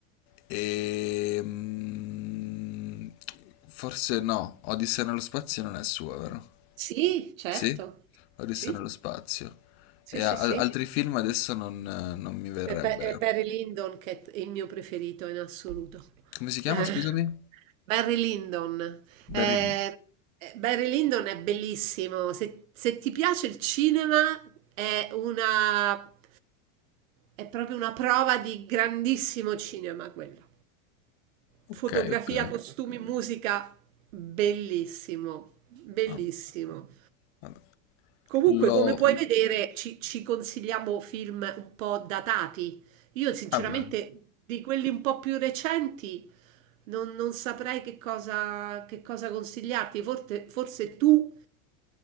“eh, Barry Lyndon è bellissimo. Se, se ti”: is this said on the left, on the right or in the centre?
Right